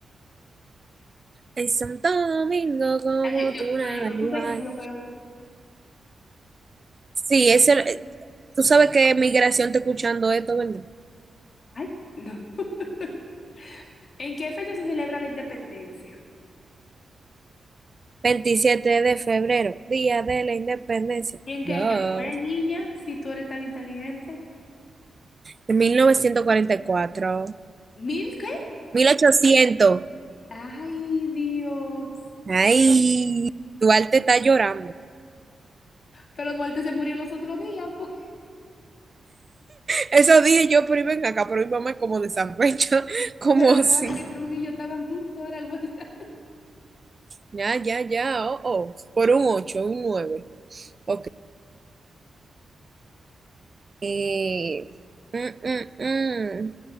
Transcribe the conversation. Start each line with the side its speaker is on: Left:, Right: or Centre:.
Right: Es Santo Domingo como
Left: Ay, yo,
Right: tú
Left: yo-
Right: nada
Left: pero yo lo
Right: igual.
Left: escuché que fue lo peor.
Right: Sí, ese, tú sabes que migración está escuchando esto, ¿verdad?
Left: Ay, no. <laughs> ¿En qué fecha se celebra la independencia?
Right: veintisiete de febrero, Día de la Independencia.
Left: ¿Y en qué
Right: No.
Left: año fue, niña, si tú eres tan inteligente?
Right: De mil novecientos cuarenta y cuatro
Left: ¿Mil qué?
Right: mil ochocientos
Left: Ay, Dios.
Right: Ay, Duarte está llorando.
Left: Pero Duarte se murió los otros días, pues.
Right: Eso dije yo, pero ven acá, pero mi mamá es como de San Pecho, <laughs> como
Left: Pero
Right: así.
Left: Duarte y Trujillo estaban juntos, era vuelta.
Right: Ya, ya, ya, oh, oh. Por un 8 un nueve Ok. Eh, mm, mm, mm.